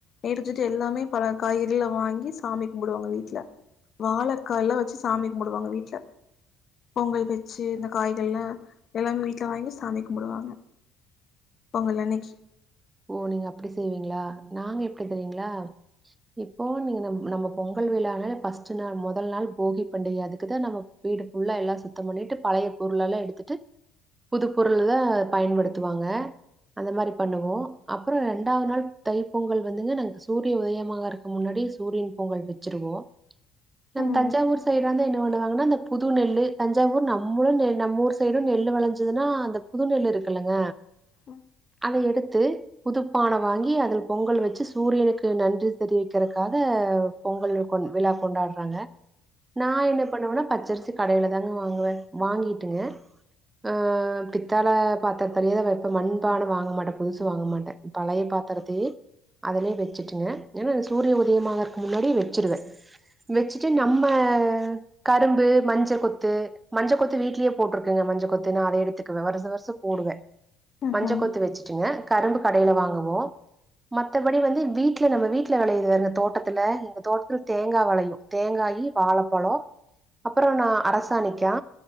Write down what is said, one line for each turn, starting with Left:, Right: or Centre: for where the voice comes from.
Left: நேரிஞ்சிட்டு எல்லாமே பல காய்கறிகல வாங்கி சாமி கும்பிடுவாங்க வீட்டுல வாழக்காய் எல்லா வச்சு சாமி கும்மிடுவாங்க வீட்டுல பொங்கல் வச்சு இந்த காய்கள்லா எல்லாமே வீட்டுல வாங்கி சாமி கும்பிடுவாங்க பொங்கல் அன்னைக்கி
Right: ஓ நீங்க அப்படி செய்வீங்களா நாங்க எப்படி தெரியீங்களா இப்போ நீங்க நம் நம்ம பொங்கல் விழான ஃபர்ஸ்ட் நாள் முதல் நாள் போகி பண்டிகை அதுக்குதா நம்ம வீடு ஃபுல்லா எல்லாம் சுத்தம் பண்ணிட்டு பழைய பொருள் எல்லா எடுத்துட்டு புதுப்பொருள்ல்லா பயன்படுத்துவாங்க அந்த மாரி பண்ணுவோ அப்புறம் ரெண்டாவது நாள் தை பொங்கல் வந்துங்க நாங்க சூரிய உதயமாக இருக்க முன்னாடி சூரியன் பொங்கல் வச்சு வச்சிருவோம் நம்
Left: ம்
Right: தஞ்சாவூர் சைடு வந்து என்ன பண்ணுவாங்கன்னா அந்த புது நெல்லு தஞ்சாவூர் நம்ம நெலு நம்ம ஊரு சைடும் நெல்லு விளஞ்சதுன்னா அந்த புது நெல்லு இருக்குல்லங்க
Left: ம்
Right: அத எடுத்து புதுப்பான வாங்கி அதில பொங்கல் வச்சு சூரியனுக்கு நன்றி தெரிவிக்கிறதுக்காக பொங்கல் விழா கொண்டாடுறாங்க நா என்ன பண்ணுவேனா பச்சரிசி கடையில தாங்க வாங்குவே வாங்கிட்டுங்க ஆ பித்தள பாத்திர தரிய வைப்பே மண்பான வாங்க மாட்டே புதுசு வாங்க மாட்டே பழைய பாத்திரத்தே அதுலே வச்சுட்டுங்க ஏன்னா சூரிய உதயமாகுறதுக்கு முன்னாடியே வச்சுடுவே வச்சுட்டு நம்ம கரும்பு மஞ்ச கொத்து மஞ்ச கொத்து வீட்லயே போட்டுருக்கேன்ங்க மஞ்ச கொத்து நா அத எடுத்துக்குவே வருச வருசம் போடுவே
Left: ம்
Right: மஞ்ச
Left: ம்
Right: கொத்து வச்சுட்டுங்க கரும்பு கடையில வாங்குவோ மத்தபடி வந்து வீட்ல நம்ம வீட்ல விளையிர இந்த தோட்டத்துல எங்க தோட்டத்துல தேங்கா விளையு தேங்காயி வாழப்பழம் அப்புறோ நா அரசாணிக்கா